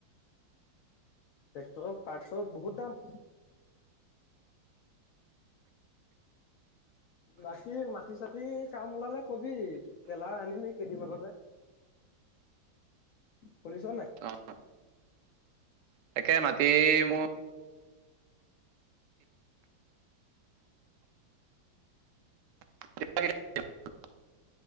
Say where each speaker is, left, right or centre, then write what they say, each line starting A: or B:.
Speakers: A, on the left (about 85°); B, on the right (about 70°).
A: ট্ৰেক্টৰৰ পাৰ্টছৰ বহুত দাম। বাকী মাটি চাতি কাম ওলালে ক'বি, ট্ৰেলাৰ আনিমেই কেইদিনমানতে। শুনিছ নাই
B: অ' তাকে মাটি মোৰ <unintelligible>